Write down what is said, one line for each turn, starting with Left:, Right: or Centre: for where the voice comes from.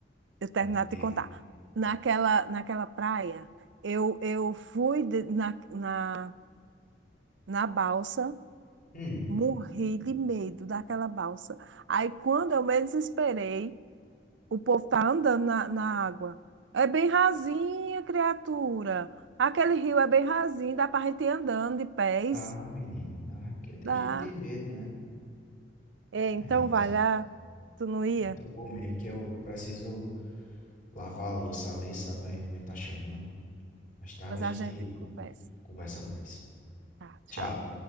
Right: Eu terminar
Left: Pronto,
Right: de
Left: diga.
Right: te contar. Naquela, naquela praia, eu, eu fui de- na, na, na balsa,
Left: Hum,
Right: morri de medo daquela balsa. Aí quando eu menos esperei, O povo tá andando na, na água. É bem rasinha, criatura. Aquele rio é bem rasinho, dá pra gente ir andando de pés.
Left: tá, menina, dá. É porque tem
Right: Dá.
Left: gente que tem medo, né?
Right: É, então
Left: É isso.
Right: vai lá. Tu não ia?
Left: Pronto, eu vou mesmo, que eu preciso lavar a louça ali, sabe? Aí minha mãe tá chamando. Mais tarde
Right: Pois
Left: a gente
Right: a gente conversa.
Left: conversa mais.
Right: Tá, tchau.
Left: Tchau.